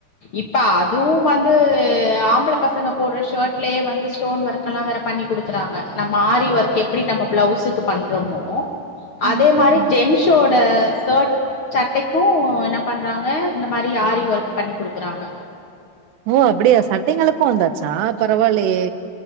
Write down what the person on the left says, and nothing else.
இப்ப அதுவூ வந்து ஆம்பள பசங்க போடுற ஷர்ட்லயே வந்து ஸ்டோன் வர்க்கெல்லா வேற பண்ணி குடுக்குறாங்க நம்ம ஆரி வர்க் எப்டி நம்ம ப்ளௌஸுக்கு பண்றோமோ அதே
மாரி
ஜென்ஷோட ஸ்கர்ட் சட்டைக்கூ என்ன பண்றாங்க இந்த மாரி ஆரீ வர்க் பண்ணி குடுக்குறாங்க